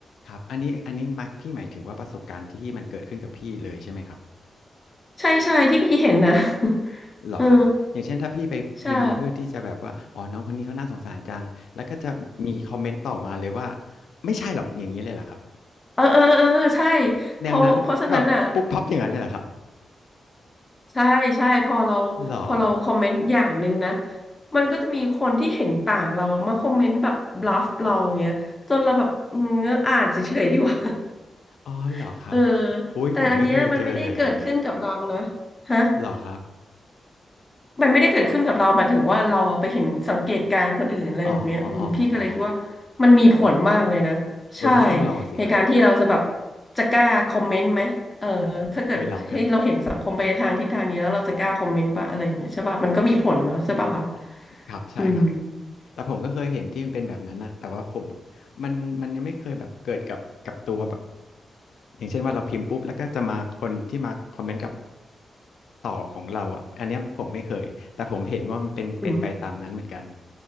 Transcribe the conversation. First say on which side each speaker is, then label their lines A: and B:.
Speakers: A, on the left (about 85°); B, on the left (about 15°).
A: ครับ อันนี้ อันนี้หมายพี่หมายถึงว่าประสบการณ์ที่มันเกิดขึ้นกับพี่เลยใช่ไหมครับ
B: ใช่ใช่ที่พี่เห็นนะ <laughs>
A: เหรอครับ
B: เออ
A: อย่างเช่นถ้าพี่ไปพิมพ์เพื่อที่จะแบบว่าอ๋อน้องคนนี้เขาน่าสงสารจังแล้วก็จะมีคอมเมนต์ต่อมาเลยว่า
B: ใช่
A: ไม่ใช่หรอกอย่างนี้เลยเหรอครับ
B: เออเออเออใช่เพราะเพราะฉะนั้นอ่ะ
A: แนวนั้นแบบปุ๊บปั๊บอย่างนั้นเลยเหรอครับ
B: ใช่ใช่พอเราพอเราคอมเมนต์อย่างหนึ่งนะ
A: เหรอ
B: มันก็จะมีคนที่เห็นต่างเราอะมาคอมเมนต์แบบบลัฟเราเงี้ยจนเราแบบอืมงั้นอ่านเฉยๆดีกว่า
A: อ๋อเหรอครับ
B: <laughs> เออ
A: อุ้ยผมไม่เคยเจอเลยอ่ะ
B: แต่อันเนี้ยมันไม่ได้เกิดขึ้นกับเรานะฮะ
A: เหรอครับ
B: มันไม่ได้เกิดขึ้นกับเราหมายถึงว่าเราอะไปเห็นสังเกตการณ์คนอื่นอะไรแบบเนี้ยอืมพี่ก็เลยคิดว่ามันมีผลมากเลยนะใช่
A: อ๋ออ๋ออ๋อเอ้ยพี่ต้องลองสิครับ
B: ในการที่เราจะแบบจะกล้าคอมเมนต์ไหมเออถ้าเกิดให้เราเห็นสังคมไปทางทิศทางนี้แล้วเราจะกล้าคอมเมนต์ปะอะไรอย่างเงี้ยใช่ป่ะมันก็มีผลเนาะใช่ป่ะคะ
A: เออลองเถอะ ครับใช่ครับ
B: อืม
A: แต่ผมก็เคยเห็นที่มันเป็นแบบนั้นนะแต่ว่าผมมันมันยังไม่เคยแบบเกิดกับกับตัวแบบอย่างเช่นว่าเราพิมพ์ปุ๊บแล้วก็จะมาคนที่มาคอมเมนต์กับต่อของเราอ่ะอันเนี้ยผมไม่เคยแต่ผมเห็นว่ามันเป็นเป็นไปตามนั้นเหมือนกัน
B: อืม